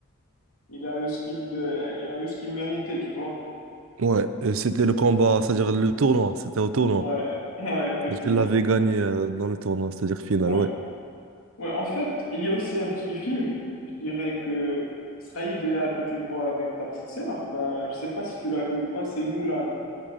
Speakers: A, on the left (about 70°); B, on the right (about 60°).
A: il a eu ce qu'il de, il a eu ce qu'il méritait, tu vois.
B: Ouais, euh, c'était le combat, c'est-à-dire le tournoi, c'était au tournoi.
A: Ouais, <laughs> ouais, effectivement.
B: Quand il l'avait gagné euh, dans le tournoi, c'est-à-dire final,
A: Ouais.
B: ouais.
A: Ouais, en fait, il y a aussi un petit film, je dirais que ce sera idéal que tu le vois avec ta petite sœur. Ben, je sais pas si tu l'as vu ou pas, c'est Moulin.